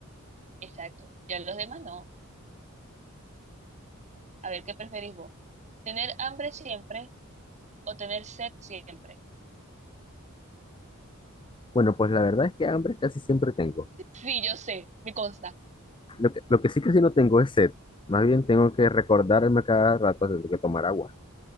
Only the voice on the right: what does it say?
Exacto. Ya los demás no. A ver, ¿qué preferís vos? ¿Tener hambre siempre o tener sed siempre?
Sí, yo sé, me consta.